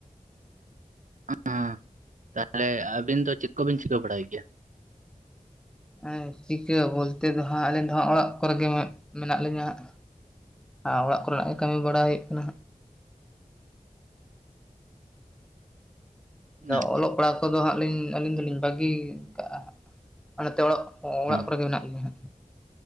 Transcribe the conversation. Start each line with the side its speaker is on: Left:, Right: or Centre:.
Right: ᱦᱩᱸ ᱛᱟᱦᱚᱞᱮ ᱟᱹᱵᱤᱱ ᱫᱚ ᱪᱮᱫ ᱠᱚᱵᱤᱱ ᱪᱤᱠᱟᱹ ᱵᱟᱲᱟᱭ ᱜᱮᱭᱟ
Centre: ᱦᱮᱸ ᱪᱤᱠᱟᱹ ᱵᱚᱞᱛᱮ ᱫᱚ ᱦᱟᱸᱜ ᱟᱹᱞᱤᱧ ᱫᱚ ᱦᱟᱸᱜ ᱚᱲᱟᱜ ᱠᱚᱨᱮ ᱜᱮ ᱢᱮᱱᱟᱜ ᱞᱤᱧᱟᱹ ᱦᱟᱸᱜ ᱟᱨ ᱚᱲᱟᱜ ᱠᱚᱨᱮᱱᱟᱜ ᱜᱮ ᱠᱟᱹᱢᱤ ᱵᱟᱲᱟ ᱦᱩᱭᱩᱜ ᱠᱟᱱᱟ ᱟᱫᱚ
Right: ᱟᱪᱪᱷᱟ
Centre: ᱚᱞᱚᱜ ᱯᱟᱲᱦᱟᱜ ᱠᱚᱫᱚ ᱦᱟᱸᱜ ᱞᱤᱧ ᱟᱹᱞᱤᱧ ᱫᱚ ᱞᱤᱧ ᱵᱟᱹᱜᱤ ᱦᱟᱠᱟᱜᱼᱟ ᱚᱱᱟᱛᱮ ᱚᱞᱚᱜ ᱦᱚᱸ
Right: ᱦᱮᱸ
Centre: ᱚᱲᱟᱜ ᱠᱚᱨᱮ ᱜᱮ ᱢᱮᱱᱟᱜ ᱞᱤᱧᱟ ᱦᱟᱸᱜ